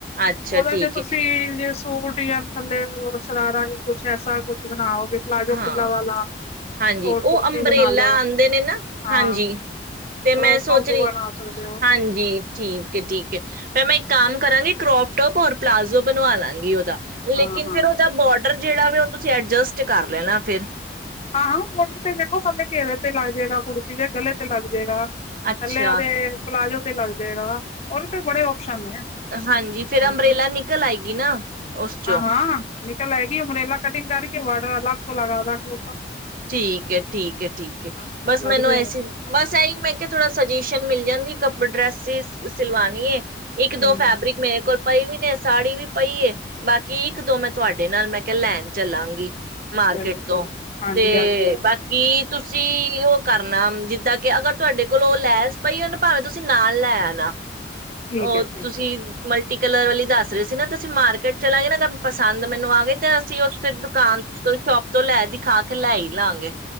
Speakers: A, on the right (about 50°); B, on the left (about 35°).
A: ਅੱਛਾ
B: ਉਹਦਾ
A: ਠੀਕ
B: ਚ ਤੁਸੀਂ
A: ਹੈ
B: ਜੇਸਟ <inaudible> ਜਾ ਥੱਲੇ ਓ ਸ਼ਰਾਰਾ ਜਾਂ ਕੁੱਛ ਐਸਾ ਕੁਛ ਬਣਾਓ। ਪਲਾਜੋ
A: ਹਾਂ
B: ਖੁੱਲਾ ਵਾਲਾ
A: ਹਾਂਜੀ,
B: ਸ਼ੋਰਟ
A: ਉਹ
B: ਕੁੜਤੀ
A: ਅੰਬਰੇਲਾ
B: ਬਣਾ ਲੋ
A: ਆਂਦੇ ਨੇ ਨਾ
B: ਹਾਂ
A: ਹਾਂਜੀ ਤੇ ਮੈਂ
B: ਕਰੋਪ
A: ਸੋਚ
B: ਟੋਪ
A: ਰਹੀ,
B: ਬਣਾ ਸਕਦੇ ਹੋ
A: ਹਾਂਜੀ ਠੀਕ ਹੈ ਠੀਕ ਹੈ ਮੈਂ ਇੱਕ ਕੰਮ ਕਰਾਂਗੀ, ਕਰੋਪਟੋਪ ਔਰ ਪਲਾਜ਼ੋ ਬਣਵਾ ਲਾਂਗੀ ਉਹਦਾ ਲੇਕਿਨ
B: ਹਾਂ ਹਾਂ
A: ਫੇਰ ਉਹਦਾ ਬੋਡਰ ਜਿਹੜਾ ਵੀ ਉਹ ਤੁਸੀਂ ਐਰਜਸਟ ਕਰ ਲੈਣਾ ਫੇਰ
B: ਹਾਂ-ਹਾਂ ਬੋਰਡਰ ਤੇ ਦੇਖੋ, ਸਡੇ ਘੇਰੇ ਤੇ ਲੱਗ ਜੇਗਾ ਕੁੜਤੀ ਦੇ ਗਲੇ ਤੇ ਲੱਗ ਜੇਗਾ।
A: ਅੱਛਾ
B: ਥਲੇ ਉਹਦੇ ਪਲਾਜੋ ਤੇ ਲਾ ਓਦੇ ਤੇ ਬੜੇ ਓਪਸ਼ਨ ਨੇ
A: ਹਾਂਜੀ ਫਿਰ
B: ਹਾਂ-ਹਾਂ-ਹਾਂ
A: ਅੰਬਰੇਲਾ ਨਿਕਲ ਆਏਗੀ ਨਾ ਉਸ ਚੋਂ
B: ਨਿਕਲ ਆਏਗੀ, ਅੰਬਰੇਲਾ ਕਟਿੰਗ ਕਰਕੇ ਬਾਡਰ ਅਲੱਗ ਤੋਂ ਲੱਗਾ ਦਾਂਗੇ ਉੱਪਰ
A: ਠੀਕ ਹੈ ਠੀਕ ਹੈ ਠੀਕ ਹੈ,
B: ਹਾਂ
A: ਬਸ
B: ਲੱਗ
A: ਮੈਨੂੰ
B: ਜਾਏਗਾ
A: ਐਸੀ ਬਸ ਇਹੀ ਮੈਂ ਕਿਹਾ ਥੋੜਾ ਸੁਜੈਸ਼ਨ ਮਿਲ ਜਾਂਦੀ। ਕਬ ਡਰੈਸ ਸਿਲਵਾਣੀ ਐ ਇੱਕ
B: ਹੂੰ
A: ਦੋ ਫੈਬਰਿਕ ਮੇਰੇ ਕੋਲ ਪਈ ਵੀ ਨੇ ਸਾੜੀ ਵੀ ਪਈ ਵੇ ਬਾਕੀ ਇੱਕ ਦੋ ਮੈਂ ਤੁਹਾਡੇ ਨਾਲ ਮੈਂ ਕਿਹਾ ਲੈਣ ਚੱਲਾਂਗੀ। ਮਾਰਕੀਟ
B: ਚਲੋ-ਚਲੋ
A: ਤੋਂ
B: ਹਾਂਜੀ।
A: ਤੇ
B: ਹਾਂਜੀ ਹਾਂਜੀ
A: ਬਾਕੀ ਤੁਸੀਂ ਤੁਸੀਂ ਉਹ ਕਰਨਾ ਜਿੱਦਾਂ ਕਿ ਅਗਰ ਤੁਹਾਡੇ ਕੋਲ ਉਹ ਲੈਸ ਪਈ ਐ ਭਾਵੇਂ ਤੁਸੀਂ ਨਾਲ ਲੈ ਆ ਨਾ
B: ਠੀਕ
A: ਉਹ
B: ਹੈ ਠੀਕ
A: ਤੁਸੀਂ
B: ਹੈ
A: ਮਲਟੀ ਕਲਰ ਵਾਲੀ ਦੱਸ ਰਹੇ ਸੀ ਨਾ ਤੇ ਅਸੀਂ ਮਾਰਕੀਟ ਚਲਾਂਗੇ, ਨਾ ਪਸੰਦ ਮੈਨੂੰ ਆ ਗਏ, ਤੇ ਅਸੀਂ ਉੱਥੇ ਦੁਕਾਨ ਤੋਂ ਸ਼ੋਪ ਤੋਂ ਲੈ ਦਿਖਾ। ਕਲਾਈ ਲਾਂਗੇ।